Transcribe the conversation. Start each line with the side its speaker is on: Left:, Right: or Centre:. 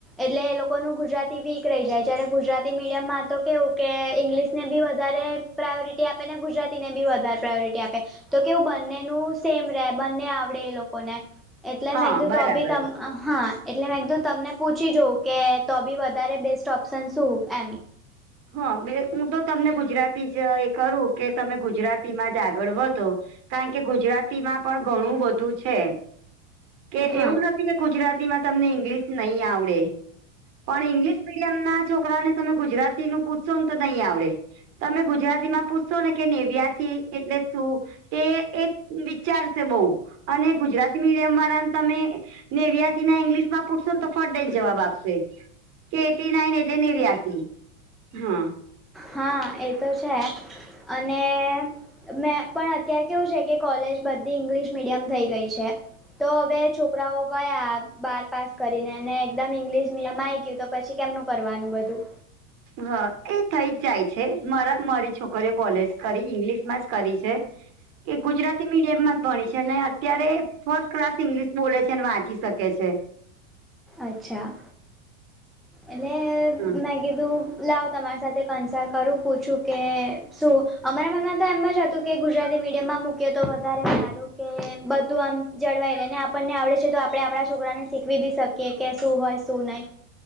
Centre: એટલે એ લોકોનું ગુજરાતી વીક રહી જાય જયારે ગુજરાતી મીડિયમમાં તો કેવું કે ઇંગ્લિશ ને બી વધારે પ્રાયોરિટી આપે ને ગુજરાતીને બી વધારે પ્રાયોરિટી આપે. તો કેવું બંને ન સેમ રહે બંને આવડે એ લોકોને. એટલે
Right: હા
Centre: ધું
Right: બરાબર
Centre: તો બી તમ હા એટલે મેં એકધ તમને પૂછી જાઉં કે તો બી વધારે બેસ્ટ ઓપ્શન શું એમ?
Right: હ બે હું તો તમને ગુજરાતી જ એ કરું કે તમે ગુજરાતીમાં જ આગળ વધો. કારણ કે ગુજરાતી માં પણ ઘણું બધું છે. કે
Centre: હા
Right: એવું નથી કે ગુજરાતીમાં તમને ઇંગ્લિશ નહી આવડે. પણ ઈંગ્લિશ મીડિયમ ના છોકરાને તમે ગુજરાતી નું પૂછશો ને તો નહી આવડે. તમે ગુજરાતી માં પૂછશો ને કે નેવ્યાથી એટલે શું? એ એક વિચાર છે બહ અને ગુજરાતી મીડિયમ વાળાને તમે નેવ્યાસી ના ઇંગ્લિશમાં પૂછશો ને તો ફે જવાબ આપશે. કે એટી નાઈન એટલે નિર્યાસી હા.
Centre: હા એ તો છે અને મેં પણ અત્ય્યારે કેવું છે કે કોલેજ બધી ઇંગ્લિશ મીડિયમ થઈ ગઈ છે. તો હવે છોકરાઓ ગયા બાર પાસ કરીને અને એકદમ ઇંગ્લિશ મીડિયમમાં આવી ગયું પછી કેમનું કરવાનું બધું?
Right: હા એ થઈ જ જાય છેરા મારી છોકરી કોલેજ કરી ઈંગ્લિશ માં જ કરી છે. કે ગુજરાતી મીડિયમમાં જ ભણી છે ને અત્યારે ફર્સ્ટ ક્લાસ ઈંગ્લિશ બોલે છે ને વાંચી શકે છે.
Centre: અચ્છા એટનેલે મે
Right: હમ.
Centre: મે કીધું. લાવ તમારી સાથે કન્સલ્ટ કરું પૂછું કે શું અમારા મમ્ના તો એમમાં જ-' કે ગુજરાતી મીડિયમમાં મૂકી તો વધારે સારું કે બધું આમ જળવાય લે ને ણને આવડે છે તો આપડણે આપણા છોકરાને શીખવી બી શકીએ કે શું હોય શું નહ